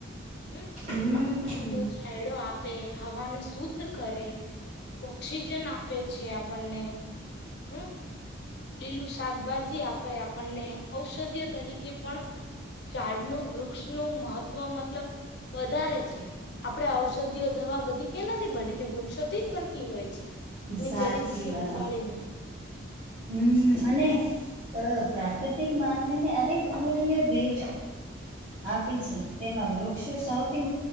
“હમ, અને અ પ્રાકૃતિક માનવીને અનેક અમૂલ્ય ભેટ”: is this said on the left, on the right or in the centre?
Right